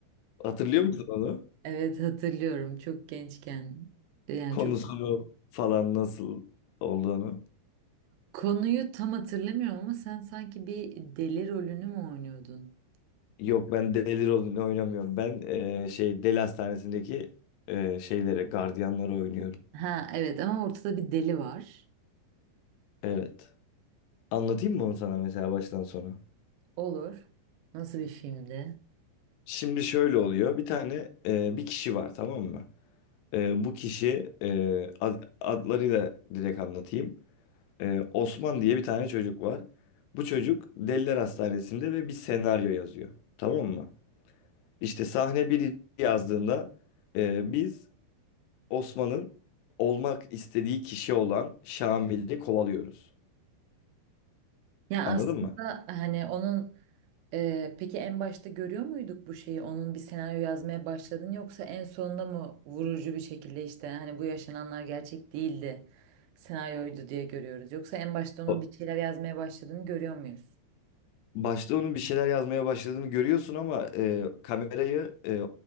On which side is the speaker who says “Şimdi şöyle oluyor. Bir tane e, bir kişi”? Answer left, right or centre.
Left